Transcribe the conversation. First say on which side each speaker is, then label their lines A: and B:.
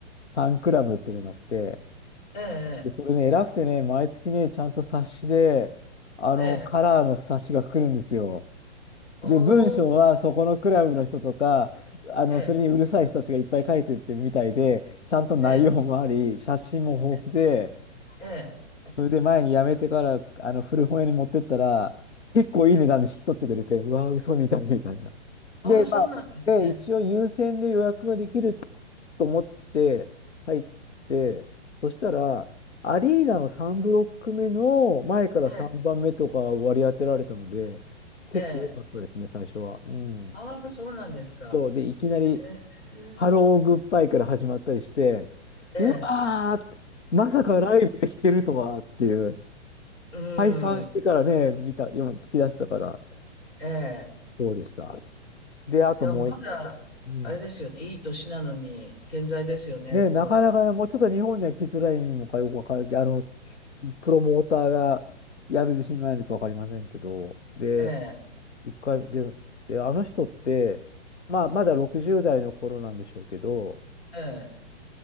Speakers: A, on the left; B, on the left.
A: ファンクラブっていうのがあって、
B: ええ、
A: で、それね、偉くてね、毎月ね、ちゃんと冊子で、あの、
B: ええ、
A: カラーの冊子が来るんですよ。
B: ええ。おー、
A: で、文章はそこのクラブの人とか、あの、
B: ええ、
A: それにうるさい人たちがいっぱい書いてってみたいで、ちゃんと内容もあり、
B: ええ、
A: 写真も豊富で、
B: ええ、ええ。
A: それで前に辞めてから、あの、古本屋に持ってったら、結構いい値段で引き取ってくれて、うわ、嘘みたいみたいな。
B: ああ、
A: で、
B: そうなんですね。
A: まあ、で、一応優先で予約ができると思って入って、そしたら、アリーナの3ブロック目の前から3番目とか割り当てられたので、
B: え
A: 結構良かったですね、
B: え、ええ。
A: 最初は。うん。
B: ああ、そうなんですか。
A: そう、で、いきなり、
B: ええ、
A: ハローグッバイから始まったりして、
B: ええ、
A: うわー、まさかライブで弾けるとはっていう。
B: う
A: 解散してからね、
B: ん、
A: 見た、読む、聞き出したから、
B: ええ。
A: そうでした。で、あともう一、
B: でもまだ、
A: うん。
B: あれですよね、いい年なのに健在ですよね、
A: ね、なかなかね、
B: ポールさん。
A: もうちょっと日本には来づらいのかよくわからけど、あの、プロモーターがやる自信がないのかわかりませんけど、で、
B: ええ、
A: 一回、で、で、あの人って、まあ、まだ60代の頃なんでしょうけど、
B: ええ。